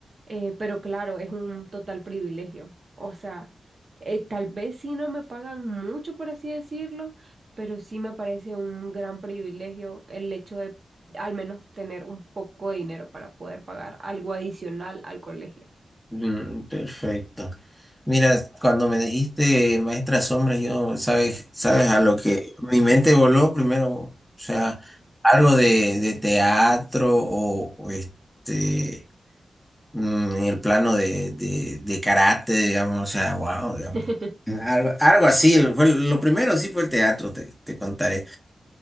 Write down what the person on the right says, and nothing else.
eh, pero claro, es un total privilegio. O sea, eh, tal vez sí no me pagan mucho, por así decirlo, pero sí me parece un gran privilegio el hecho de al menos tener un poco de dinero para poder pagar algo adicional al colegio.
<laughs>